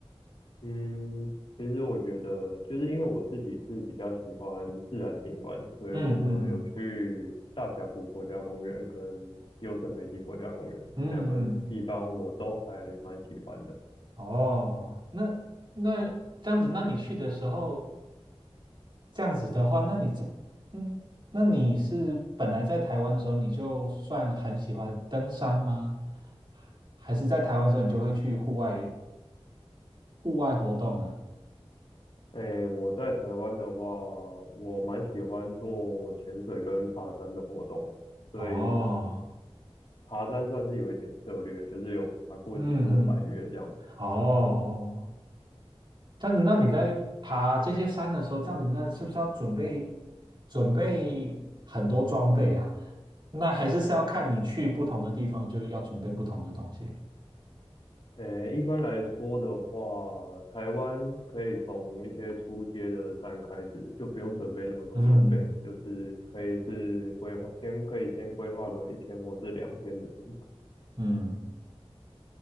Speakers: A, on the left; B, on the right.
A: 嗯，其实我觉得，就是因为我自己是比较喜欢自然景观，所以我有去大峡谷国家公园跟优胜美地国家公园这两个地方，
B: 嗯嗯嗯嗯嗯，嗯
A: 我都还蛮喜欢的。
B: 哦，那那这样子，那你去的时候。这样子的话，那你这，嗯，那你是本来在台湾的时候，你就算很喜欢登山吗？还是在台湾的时候，你就会去户外户外活动呢？
A: 诶，我在台湾的话，我蛮喜欢做潜水跟爬山的活动，所以
B: 哦，
A: 爬山算是有一点涉略，就是有爬过几座百岳这样。
B: 嗯嗯，哦，这样子，那你在爬这些山的时候，这样子，那是不是要准备准备很多装备啊？那还是是要看你去不同的地方，就要准备不同的东西。
A: 诶，一般来说的话，台湾可以从一些初阶的山开始，就不用准备那么多装备，
B: 嗯
A: 就是可以是规划，先可以先规划个一天或是两天的行程。
B: 嗯。